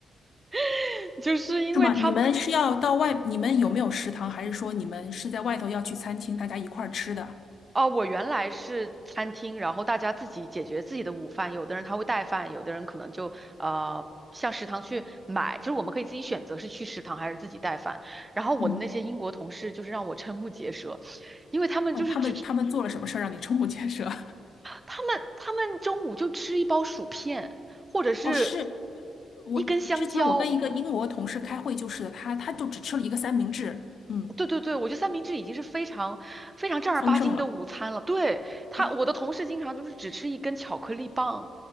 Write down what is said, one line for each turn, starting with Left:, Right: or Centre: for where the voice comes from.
Right: <laughs> 就是因为他
Left: 是吗？你们是要到外，你们有没有食堂，还是说你们是在外头要去餐厅，大家一块儿吃的？
Right: 哦，我原来是餐厅，然后大家自己解决自己的午饭，有的人他会带饭，有的人可能就呃向食堂去买，就是我们可以自己选择是去食堂还是自己带饭。然后我的那些英国同事就是让我瞠目结舌，
Left: 嗯，
Right: 因为他们就是只吃
Left: 哦，他们他们做了什么事儿让你瞠目结舌？
Right: 他们他们中午就吃一包薯片，或者是
Left: <laughs> 哦，是我之前我跟一个英国同事开会就是的他他就只吃了一个三明治，
Right: 一根香蕉，
Left: 嗯，
Right: 对对对，我觉得三明治已经是非常非常正儿八经的午餐了。
Left: 丰盛了。
Right: 对，他，
Left: 哦，
Right: 我的同事经常就是只吃一根巧克力棒，